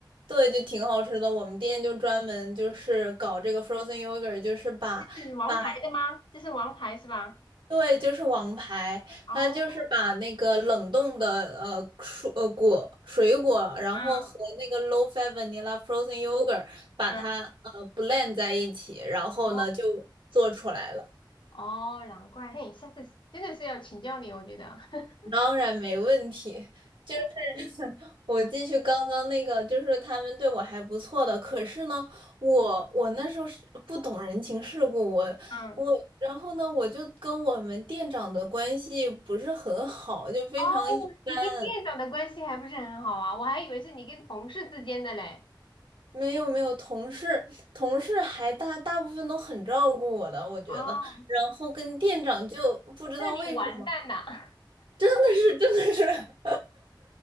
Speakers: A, on the right; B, on the left.
A: 对，就挺好吃的。我们店就专门就是搞这个 frozen yogurt，就是把把
B: 是王牌的吗？这是王牌是吧？
A: 对，就是王牌，
B: 哦，
A: 它就是把那个冷冻的呃蔬呃果水果，然后和那个
B: 啊，
A: low fat vanilla frozen yogurt 把它呃
B: 嗯，
A: blend 在一起，然后呢就做出来了。
B: 哦，哦难怪，嘿，下次真的是要请教你，我觉得，<laughs>
A: 当然没问题，就是 <laughs> 我继续刚刚那个，就是他们对我还不错的，可是呢，我我那时候是不懂人情世故，我
B: 嗯，
A: 我，然后呢，我就跟我们店长的关系不是很好，就非常一般
B: 哦，你跟店长的关系还不是很好啊？我还以为是你跟同事之间的嘞。
A: 没有没有，同事同事还大大部分都很照顾我的，我觉得，
B: 哦，
A: 然后跟店长就不知道为什么，
B: 那你完蛋了，<laughs> 啊，
A: 真的是真的是。